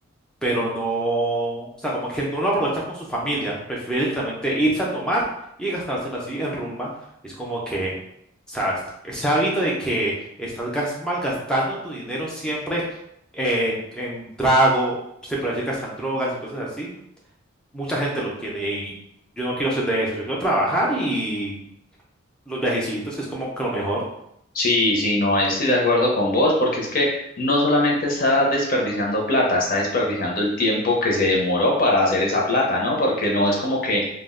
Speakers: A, in the centre; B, on the left.
A: pero no, o sea, como que no lo aprovechan con su familia, prefieren literalmente irse a tomar y gastárselo así en rumba. Es como que, o sea, es- ese hábito de que estás gas- malgastando tu dinero siempre en, en trago, se puede decir que hasta en drogas y cosas así, mucha gente lo tiene y yo no quiero ser de eso, yo quiero trabajar y los viajecitos, que es como que lo mejor.
B: Sí, sí, no estoy de acuerdo con vos, porque es que no solamente está desperdiciando plata, está desperdiciando el tiempo que se demoró para hacer esa plata, ¿no? Porque no es como que